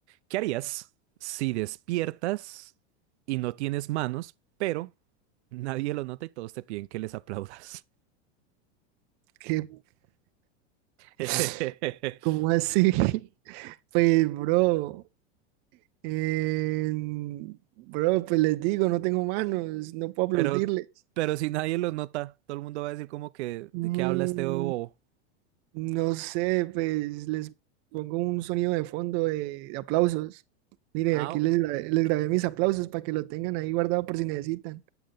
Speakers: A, on the right; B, on the right.
A: ¿qué harías si despiertas y no tienes manos, pero nadie lo nota y todos te piden que les aplaudas?
B: ¿Qué?
A: <laughs>
B: <laughs> ¿Cómo así? <laughs> Pues, bro, en- bro, pues les digo, no tengo manos, no puedo aplaudirles.
A: Pero, pero si nadie lo nota, todo el mundo va a decir como que,
B: Mm,
A: ¿de qué habla este bobo?
B: No sé, pues les pongo un sonido de fondo de, de aplausos. Mire,
A: Ah,
B: aquí les grabé, les grabé mis aplausos para que lo tengan ahí guardado por si necesitan.